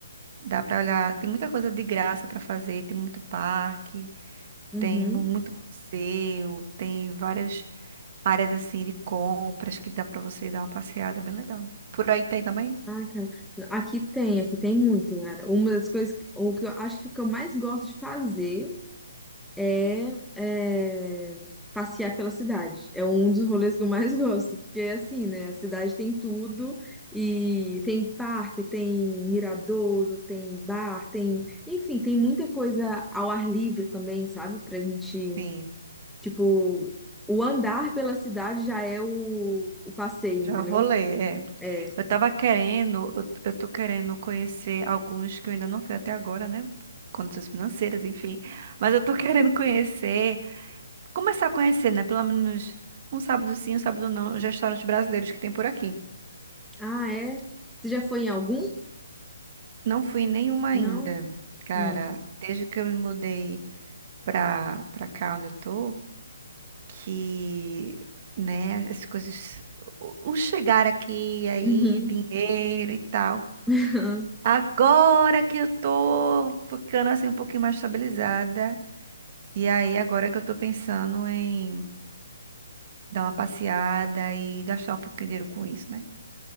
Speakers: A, on the right; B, in the centre.
A: dá pra olhar, tem muita coisa de graça pra fazer, tem muito parque,
B: Uhum.
A: tem mu- muito museu, tem várias áreas assim de compras que dá pra você dar uma passeada, é bem legal. Por aí tem também?
B: Ah, cara. Aqui tem, aqui tem muito, cara. Uma das coisas, o que eu acho que o que eu mais gosto de fazer é, é, passear pela cidade. É um dos rolês que eu mais <laughs> gosto, porque é assim, né? A cidade tem tudo e tem parque, tem miradouro, tem bar, tem, enfim, tem muita coisa ao ar livre também, sabe? Pra gente,
A: Sim,
B: tipo, o andar pela cidade já é o, o passeio,
A: já
B: entendeu?
A: rolei, é.
B: É.
A: Eu tava querendo, eu, eu tô querendo conhecer alguns que eu ainda não fui até agora, né? Condições financeiras, enfim. Mas eu tô <laughs> querendo conhecer. Começar a conhecer, né? Pelo menos um sábado sim, um sábado não, os restaurantes brasileiros que tem por aqui.
B: Ah, é? Você já foi em algum?
A: Não fui em nenhuma ainda,
B: Não?
A: cara,
B: Hum.
A: desde que eu me mudei pra, pra cá onde eu tô, que, né, as coisas. O, o chegar aqui, aí,
B: Uhum.
A: dinheiro e tal.
B: <laughs>
A: Agora que eu tô ficando assim um pouquinho mais estabilizada. E aí, agora que eu tô pensando em dar uma passeada e gastar um pouquinho de dinheiro com isso, né?